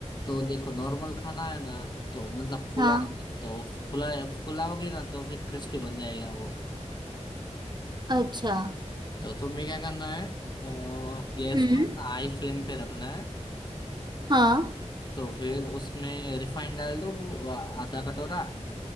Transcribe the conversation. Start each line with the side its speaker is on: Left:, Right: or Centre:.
Left: तो देखो नॉर्मल खाना है ना तो मतलब फुलाना
Right: हाँ
Left: तो फुला फुलाओगे ना तो फिर क्रिस्पी बन जाएगा वो
Right: अच्छा
Left: तो तुम्हें क्या करना है अ, गैस
Right: हम्म
Left: को हाई फ्लेम पे रखना है
Right: हाँ
Left: तो फिर उसमें रिफाइंड डाल दो वो आधा कटोरा